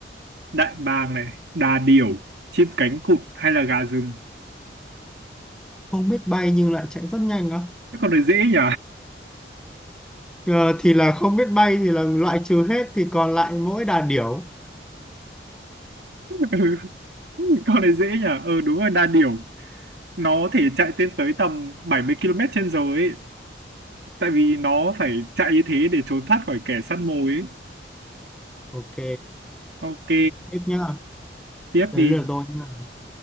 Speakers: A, on the right (about 65°); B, in the centre.
A: Đại bàng này, đà điểu, chim cánh cụt hay là gà rừng?
B: không biết bay nhưng lại chạy rất nhanh á
A: Cái con này dễ nhỉ?
B: Ờ, thì là không biết bay thì là loại trừ hết thì còn lại mỗi đà điểu
A: <laughs> Ừ, Con này dễ nhỉ? Ừ đúng rồi, đà điểu. Nó thể chạy lên tới tầm 70 km trên giờ ấy. Tại vì nó phải chạy như thế để trốn thoát khỏi kẻ săn mồi ấy.
B: ok
A: Ok,
B: tiếp nhá
A: tiếp
B: đấy
A: đi.
B: là tôi nhá